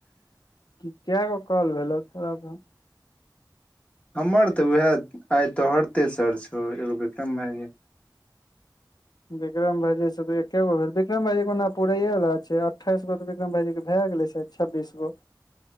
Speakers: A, on the left; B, on the left.
A: कएगो काँल भेलो तोरा प
B: हमर तऽ उएह आइ तोहर तेसर छौ एगो बिक्रम भाइजी
A: बिक्रम भाईजी से त एकेगो भेल बिक्रम भाईजीे ओना पुरैयए बला छै अठाइसोऽ बिक्रम भाईजी के भए गेलै साद छबीस गो